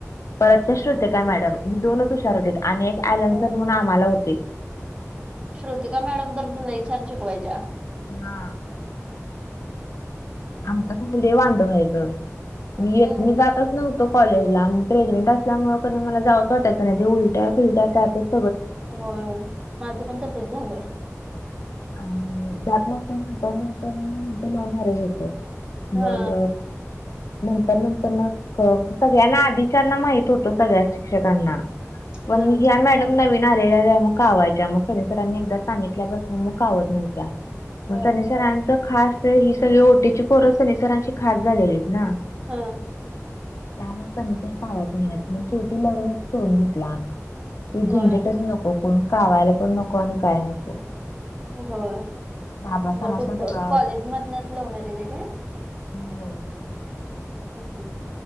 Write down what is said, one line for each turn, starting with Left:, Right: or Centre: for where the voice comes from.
Left: परत त्या श्रुतिका
Right: हो
Left: मॅडम दोनच हुशार होतीत आणि एक अँलन
Right: हो
Left: सर म्हणून आम्हाला होते
Right: श्रृतिका मॅडम तर लय छान शिकवायच्या
Left: हा आमच अस लई वांद व्हायचं मी
Right: हम्म
Left: एक मी जातच नव्ह तो कॉलेजला प्रेग्नेंट असल्यामुळ कणी मला जावचं वाटायचं नाही ते उलट्या फिलट्या त्यातचं
Right: होय माझं पण तसच झालं
Left: आणि जात नवतो नंतर नंतर मग ते लव मॅरेज होेत
Right: हा
Left: मग नंतर नंतर न क सगळ्यांना आधीच्यांना माहित होतं सगळ्या शिक्षकांना पण
Right: हा
Left: मग ह्या मॅडम नवीन आलेल्या त्यामुळं कावायच्या मग सनी सरांनी एकदा सांगितल्या वर म कावत नाहीत मग
Right: होय
Left: सनीसरांच खास ही सगळी ओटीची पोर सनी सरांची खास झालेलीत ना
Right: हा
Left: त्यामुळं कणच्यात पावायच नाहीत मग शेवटी लग्न करून घेतला ते झंझेटच
Right: होय
Left: नको कोण कावायला पण नको आणि काय नको
Right: होय
Left: बाबा
Right: म
Left: सरांचा
Right: तुमच्या
Left: डोळा
Right: कॉलेज मधनंच लव मॅरेज हाय काय
Left: हू होय
Right: हू हू